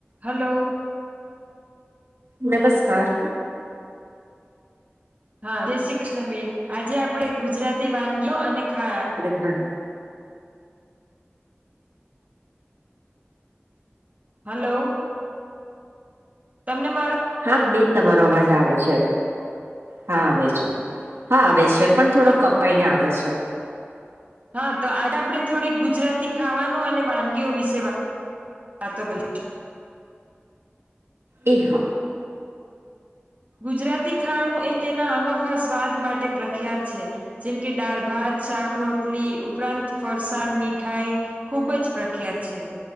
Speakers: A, on the right; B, on the right.
A: Hello
B: <inaudible> નમસ્કાર
A: હા જય શ્રી કૃષ્ણ બેેન આજે આપડે ગુજરાતી વાનગીઓ અને ખા
B: ના
A: હલો તમને મારો
B: હા બિન તમારો અવાજ આવે છે હા આવે છે હા આવે છે. પણ થોડો
A: હા
B: કપાઈ ને આવે છે.
A: હા તો આજે આપણે થોડીક ગુજરાતી ખાવાનું અને વાનગીઓ વિશે વાતો કરીશ.
B: એ હ
A: ગુજરાતી ખાણું એ તેના અનોખા સ્વાદ માટે પ્રખ્યાત છે. જેમ કે દાળ ભાત શાક રોટલી ઉપરાંત ફરસાણ મીઠાઈ ખુબ જ પ્રખ્યાત છે.